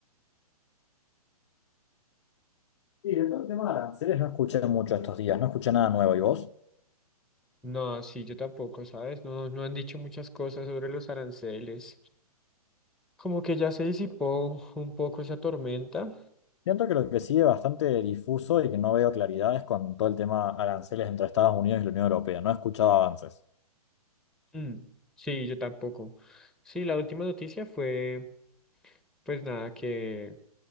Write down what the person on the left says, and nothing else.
Sí, el tema de aranceles no escuché mucho estos días, no escuché nada nuevo, ¿y vos?
Siento que lo que sigue bastante difuso y que no veo claridad es con todo el tema aranceles entre Estados Unidos y la Unión Europea. No he escuchado avances.